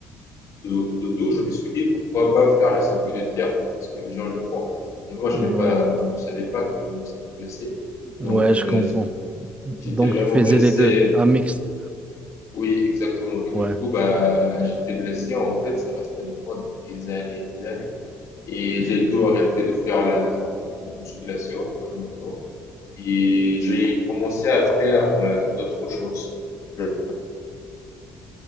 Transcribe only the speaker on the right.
ouais,
ouais,
je
comprends. Donc,
tu faisais
les deux, un mixte.
Ouais.